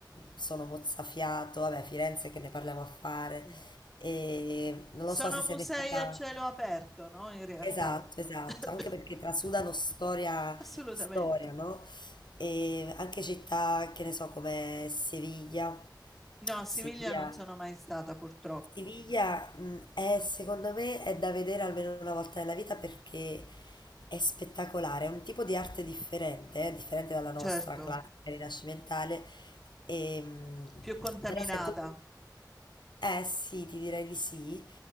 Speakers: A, on the left; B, in the centre.
A: sono mozzafiato, vabbè, Firenze che ne parliamo a fare.
B: Mm.
A: E non
B: Sono
A: lo so se sei
B: musei
A: mai stata...
B: a cielo aperto, no? In realtà.
A: Esatto, esatto,
B: <coughs>
A: anche perché trasudano storia,
B: Assolutamente.
A: storia, no? E anche città, che ne so, come Siviglia.
B: No, a Siviglia
A: Siviglia.
B: non sono mai stata purtroppo.
A: Siviglia, mh, è, secondo me, è da vedere almeno una volta nella vita perché è spettacolare, è un tipo di arte differente, eh, differente dalla nostra
B: Certo,
A: classica rinascimentale. E, mh,
B: più contaminata.
A: però se tu... Eh sì, ti direi di sì,